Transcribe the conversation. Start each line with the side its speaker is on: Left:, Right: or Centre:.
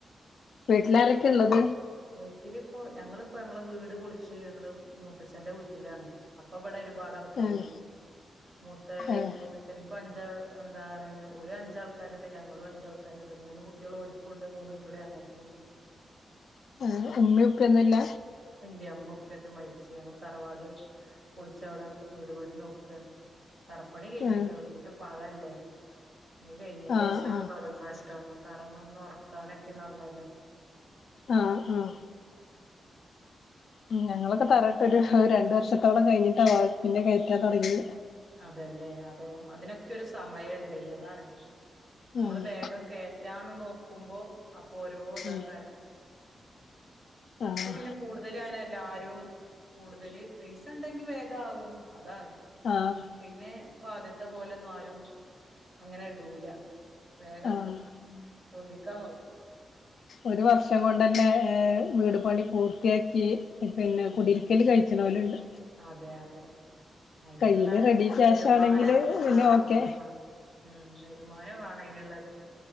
Left: വീട്ടിലാരൊക്കെള്ളത്
Right: വീട്ടിലിപ്പോ ഞങ്ങള്പ്പോ ഞങ്ങളെ വീട് പൊളിച്ച് ഞങ്ങള് മൂത്തച്ഛന്റെ വീട്ടിലാണ് അപ്പം ഇബടെ ഒരുപാട് ആൾക്കാരുണ്ട്
Left: ആഹ്
Right: മൂത്ത
Left: ആഹ്
Right: മൂത്തച്ചി എനിക്കും അഞ്ചാള് എന്താണ് ഓല് അഞ്ചാൾക്കാരുണ്ട് ഞങ്ങളും അഞ്ച് ആൾക്കാരുണ്ട് മൂന്ന് കുട്ട്യാളും ഓര് ക്കൂണ്ട് മൂന്നുട്ട്യാള് ഞങ്ങക്കുണ്ട്
Left: ഏഹ് ഉമ്മീം ഉപ്പി ഒന്നുല്ല
Right: ഇല്ല്യ ഉമ്മേം ഉപ്പിയൊക്കെ മരിച് ഞങ്ങള് തറവാട് പൊളിച്ച് അവടെ വീട് പണി നോക്ക ക്കാണ് തറപ്പണി കഴിഞ്ഞിട്ടുള്ളൂ
Left: ആഹ്
Right: ഇനി മഴല്ലേ പണി കഴിഞ്ഞന്റെ
Left: ആഹ്
Right: ശേഷം
Left: ആഹ്
Right: തൊടങ്ങാച്ചിട്ടണ് തറന്നൊറക്കാനൊക്കെ നന്നല്ലോ
Left: ആഹ് ആഹ് ഉം ഞങ്ങളൊക്കെ തറട്ടൊരു രണ്ടു വർഷത്തോളം കഴിഞ്ഞിട്ടാ പിന്നെ കേറ്റാൻ തൊടങ്ങിത്
Right: അതല്ലേ അതെ അതിനൊക്കെരു സമയുണ്ടെ അതാണ് നമ്മള്
Left: ആഹ്
Right: വേഗം കേ റ്റാന്ന് നോക്കുമ്പോ അപ്പൊ ഓരോ ഇതാക്കാരം
Left: ഉം ആഹ്
Right: ഇപ്പൊ പിന്നെ കൂട്തല് അങ്ങനെ എല്ലാരും കൂട്തല് പൈസണ്ടെങ്കി വേഗാവും അതാണ്
Left: ആഹ്
Right: പിന്നെ ഇപ്പം ആദ്യത്തെ പോലെന്നും ആരും അങ്ങനെ ഇടൂല വേഗം
Left: ആഹ്
Right: പൊന്തിക്കാൻ നോക്കും
Left: ഒരു വർഷം കൊണ്ടന്നെ ഏ വീട് പണി പൂർത്തിയാക്കി പിന്നെ
Right: ഉം
Left: കുടിരിക്കല് കഴിച്ച്ണോല്ണ്ട്
Right: അതെ അതെ അയിന്ള്ള
Left: കയ്യില് റെഡി ക്യാഷ്
Right: വരുമാനം
Left: ആണെങ്കില് പിന്നെ
Right: ആഹ്
Left: ഓക്കെ
Right: ആഹ് ഉം വരുമാനം വാണം അയിന്ള്ളത്